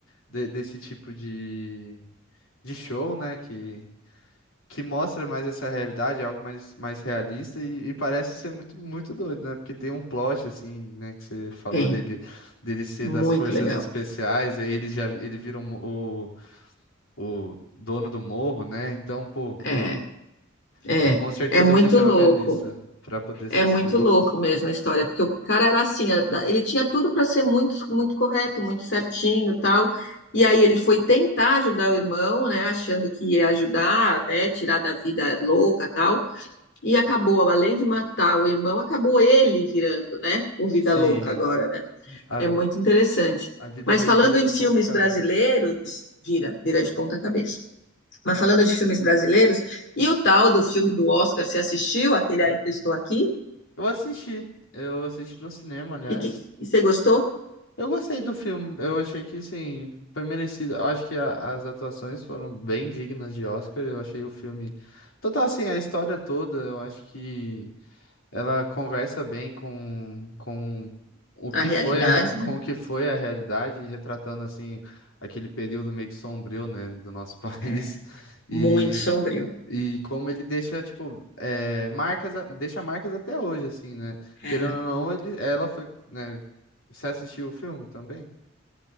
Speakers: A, on the left; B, on the left.
A: de- desse tipo de, de show, né? Que, que mostra mais essa realidade, algo mais, mais realista e, e parece ser muito, muito doido, né? Porque tem um plot, assim, né, que você falou
B: Tem.
A: dele, dele ser
B: Muito
A: das forças
B: legal.
A: especiais, aí ele já, ele vira um, o dono do morro, né? Então, pô,
B: É, é,
A: é, com certeza
B: é muito
A: eu vou deixar
B: louco.
A: na minha lista pra poder assistir.
B: É muito louco mesmo a história, porque o cara era assim, a- da- ele tinha tudo para ser muito, muito correto, muito certinho, e tal. E aí ele foi tentar ajudar o irmão, né, achando que ia ajudar, né, tirar da vida louca, tal. E acabou, além de matar o irmão, acabou ele virando, né, o vida
A: Sim,
B: louca agora, né?
A: a,
B: É
A: vi-
B: muito interessante.
A: a vida
B: Mas
A: dele
B: falando
A: vira
B: em
A: de
B: filmes
A: ponta cabeça.
B: brasileiros, vira, vira de ponta cabeça. Mas falando de filmes brasileiros, e o tal do filme do Oscar, você assistiu aquele Ainda Estou Aqui?
A: Eu assisti, eu assisti no cinema, aliás.
B: E, que, e você gostou?
A: Eu gostei do filme, eu achei que, sim, foi merecido. Eu acho que a- as atuações foram bem dignas de Oscar, eu achei o filme... Total, assim, a história toda, eu acho que ela conversa bem com, com o que
B: A realidade,
A: foi a, re- com
B: né?
A: o que foi a realidade, retratando assim aquele período meio que sombrio, né, do nosso <laughs> país.
B: É,
A: E,
B: Muito sombrio.
A: e como ele deixa, tipo, é, marcas, a- deixa marcas até hoje, assim, né?
B: é.
A: Querendo ou não, ele, ela foi, né? Você assistiu o filme também?